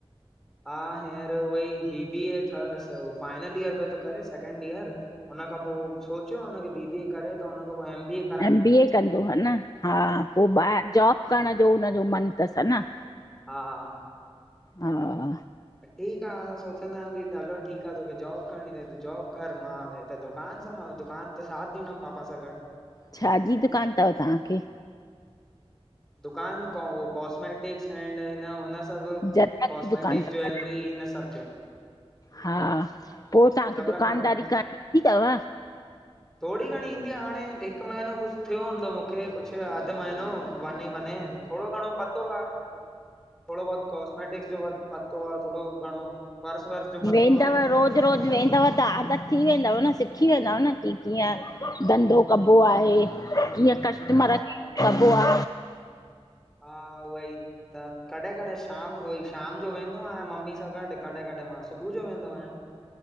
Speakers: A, in the centre; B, on the left (about 35°).
A: हा, हींअर उहोई बीबीए थस फाइनल ईयर पयो तो करे सेकंड ईयर। हुन खां पोइ सोचियो आ, हुनखे बीबीए करे त हुन खां पोइ एमबीए
B: एमबीए कंदो हनि? हा, पोइ ॿाहिरि जॉबु करणु जो हुन जो मन तसि हनि?
A: हा-हा।
B: हा।
A: ठीकु आ, असां सोचंदा आहियूं की हलो ठीकु आ, तोखे जॉब करिणी तई, तूं जॉब कर मां त दुकानु संभाल, दुकानु ते साथ ॾिनमु पापा सां गॾु।
B: छा जी दुकान तव तांखे?
A: दुकान को, कॉस्मेटिक्स एंड हिन हुन अ ओ,
B: जनरल
A: कॉस्मेटिक्
B: जी दुकानु अथव
A: ज्वैलरी हिन सभु जो।
B: हा, पो तांखे
A: सभ
B: दुकानदारी
A: रखण
B: करण ईंदी तव?
A: थोड़ी घंणी ईंदी आ हाणे, हिकु महिनों कुछ थियो हूंदो मूंखे, कुछ अधु महनो, वञी वञे। थोड़ो घणो पतो आ, थोड़ो बहुत कॉस्मेटिक्स जो, पतो आ, थोड़े घणो। पर्स वर्स जो पतो
B: वेंदव,
A: आ
B: रोज़-रोज़ वेंदव, त आदत थी वेंदव न, सिखी वेंदव न की कीयं धंधो कबो आहे, कीयं कस्टमर,
A: हा
B: कबो आ।
A: हा, उ ई। त कॾहिं-कॾहिं शाम उ ई शाम जो वेंदो आहियां मम्मी सां गॾ, कॾहिं-कॾहिं मां सुबुह जो वेंदो आहियां।